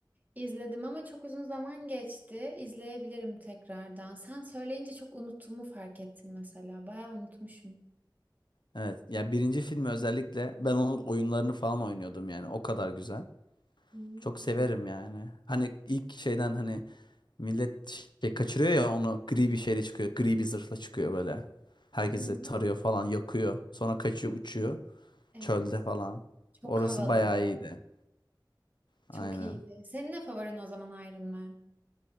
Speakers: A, on the right; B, on the left.
A: izledim ama çok uzun zaman geçti. İzleyebilirim tekrardan. Sen söyleyince çok unuttuğumu fark ettim mesela. Bayağı unutmuşum.
B: Evet. Ya birinci filmi özellikle ben onun oyunlarını falan oynuyordum yani. O kadar güzel.
A: Hmm.
B: Çok severim yani. Hani ilk şeyden hani millet şey kaçırıyor ya onu gri bir şeyle çıkıyor. Gri bir zırhla çıkıyor böyle. Herkesi
A: Hı hı.
B: tarıyor falan yakıyor. Sonra kaçıyor uçuyor.
A: Evet.
B: Çölde falan.
A: Çok
B: Orası
A: havalı
B: bayağı
A: bu.
B: iyiydi.
A: arada.
B: Aynen.
A: Çok iyiydi. Senin ne favorin o zaman Iron Man?